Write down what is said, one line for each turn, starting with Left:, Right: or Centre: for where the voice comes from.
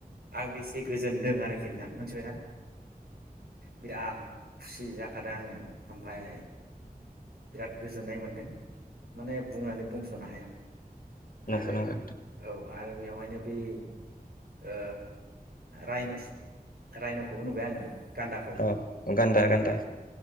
Right: आं बेसे गोजोन दों आरखि नोंथां मिथिबायना बिराद खुसि जाखादो आङो ओमफाय बिराद गोजोननाय मोनदों माने बुंनानै बुंस'नो हाया।
Left: नंगौ
Right: आरो
Left: नंगौ
Right: औ आरो बेवहायनो बि ओ रायनस-रायन'खौबो नुबाय आङो गान्दाखौ
Left: अ गान्दा गान्दा